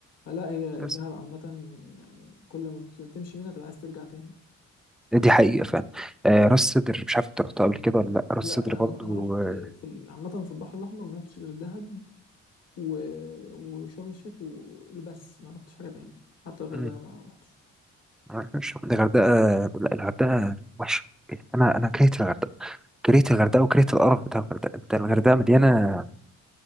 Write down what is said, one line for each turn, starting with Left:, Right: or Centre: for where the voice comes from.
Left: فلا هي
Centre: بس
Left: دهب عامة يعني كل ما بتمشي منها تبقى عايز ترجع تاني
Centre: دي حقيقة فعلا آه راس سدر مش عارف انت رحتها قبل كده ولا لا راس
Left: لا
Centre: سدر
Left: لا
Centre: برضو
Left: انا انا رحت
Centre: آه،
Left: في ال- عامة في البحر الاحمر ما رحتش غير دهب و... وشرم الشيخ وبس ما رحتش حاجة تاني حتى غير
Centre: مم،
Left: ده ما رحتش
Centre: معرفش. الغردقة لا الغردقة وحشة انا انا كرهت الغردقة كرهت الغردقة وكرهت القرف بتاع الغردقة انت الغردقة مليانة